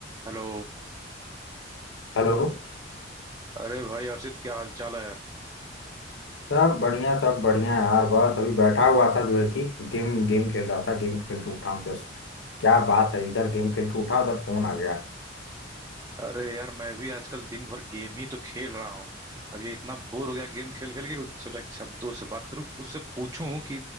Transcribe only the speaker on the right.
Hello
अरे भाई हर्षित क्या हाल चाल है
अरे यार मैं भी आजकल दिन भर गेम ही तो खेल रहा हूँ अब ये इतना बोर हो गया गेम खेल खेल के सोचा कि अब दोस्त से बात करूँ तो उससे पूछूं कि